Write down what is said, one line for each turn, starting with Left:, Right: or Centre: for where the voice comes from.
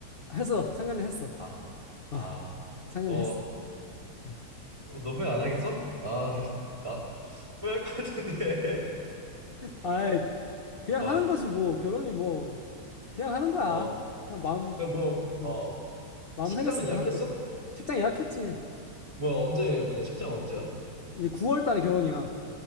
Left: 해서 상견례 했어.
Right: 아, 아,
Left: 어, 상견례
Right: 너,
Left: 했어. 음.
Right: 너 후회 안 하겠어? 아, 나 후회할 것 같은데. <laughs>
Left: 아이, 그냥
Right: 어,
Left: 하는 거지 뭐. 결혼이 뭐 그냥 하는 거야.
Right: 어.
Left: 그냥 마음
Right: 그, 뭐,
Left: 어,
Right: 어.
Left: 마음
Right: 식장은
Left: 생겼으니까
Right: 예약했어?
Left: 하는 거지. 식장 예약했지.
Right: 뭐야, 언제, 뭐냐, 식장 언제야?
Left: 이제 9월 달에 결혼이야.